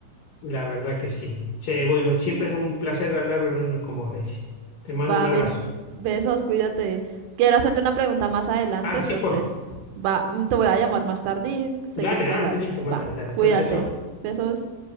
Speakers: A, on the left; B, on the right.
A: La verdad que sí. Che, bueno, siempre es un placer hablar con vos, Daisy. Te mando
B: Va,
A: un abrazo.
B: bes- besos, cuídate. Quiero hacerte una pregunta más adelante,
A: Ah,
B: entonces,
A: sí, porfa.
B: va, mm, te voy a llamar más tarde y seguimos
A: Dale, ah,
B: hablando.
A: listo, mátala,
B: Va,
A: dale.
B: cuídate.
A: Chau, chau, chau.
B: Besos.